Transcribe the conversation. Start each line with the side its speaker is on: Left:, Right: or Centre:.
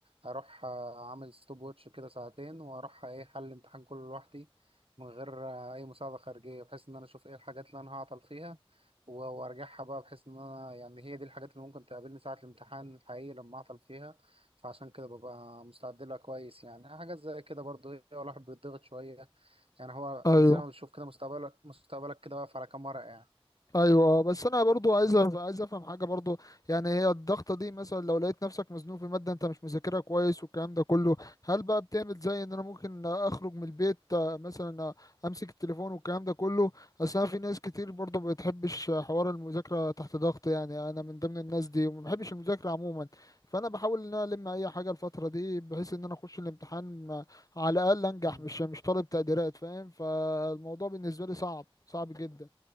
Right: اروح آه، اعمل ستوب ووتش كده ساعتين واروح آه، ايه حل الامتحان كله لوحدي من غير آه، اي مساعده خارجيه بحيث ان انا اشوف ايه الحاجات اللي انا هعطل فيها و- وارجعها بقى بحيث ان انا يعني هي دي الحاجات اللي ممكن تقابلني ساعة الامتحان الحقيقي لما اعطل فيها فعشان كده ببقى مستعد لها كويس يعني حاجات زي كده برضه ايه الواحد بيتضغط شوية يعني هو
Left: ايوه
Right: انت زي ما بتشوف كده مستقبلك مستقبلك كده واقف على كام ورقة يعني
Left: ايوه بس انا برضو عايز أف- عايز افهم حاجه برضو يعني هي الضغطه دي مثلا لو لقيت نفسك مزنوق في ماده انت مش مذاكرها كويس والكلام ده كله هل بقى بتعمل زي ان انا ممكن اخرج من البيت آه، مثلا آه، امسك التليفون والكلام ده كله اصل انا في ناس كتير برضو ما بتحبش حوار المذاكره تحت ضغط يعني انا من ضمن الناس دي وما بحبش المذاكره عموما فانا بحاول ان انا الم اي حاجه الفتره دي بحيث ان انا اخش الامتحان آه، على الاقل انجح
Right: مم.
Left: مش مش طالب تقديرات فاهم فالموضوع بالنسبه لي صعب صعب جدا